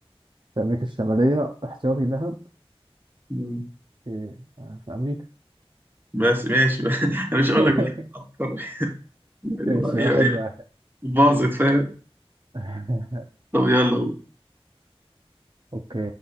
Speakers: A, on the right; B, on the right.
A: في امريكا الشمالية احتياطي ذهب
B: مم.
A: في آه، في امريكا
B: بس ماشي <laughs> بقى. أنا مش هقول
A: <laughs>
B: لك بقى أفكر. يعني
A: ماشي
B: بقى- هي
A: واحد
B: هي
A: واحد
B: باظت فاهم
A: <laughs>
B: طب يلا قول
A: اوكي